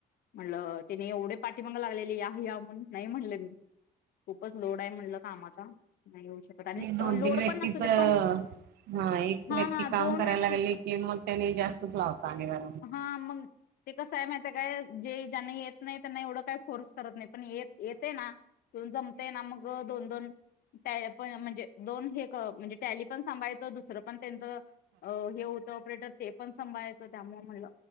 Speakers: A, on the left (about 60°); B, on the right (about 70°).
A: म्हणलं तिने एवढे पाठीमाग लागलेले या या म्हून नाही म्हणले मी खूपच लोड आहे म्हणलं कामाचा नाही येऊ शकत आणि
B: दोन
A: लोड
B: तीन व्यक्तीच
A: पण असू दे
B: हा
A: पण
B: एक
A: हा
B: व्यक्ती काम
A: दोन
B: करायला
A: व्यक्तीच
B: राहिले की मग त्यानी जास्तच लावत घरा
A: हा मग ते कसं आहे माहिती काय जे ज्यांना येत नाही त्यांना एवढं काय फोर्स करत नाही पण येते ना जमते ना मग दोन दोन त्या पण दोन हे क म्हणजे टॅली पण सांभाळायचं दुसर त्यांचं हो हे होतं ऑपरेटर ते पण सांभाळायचं त्यामुळे म्हणलं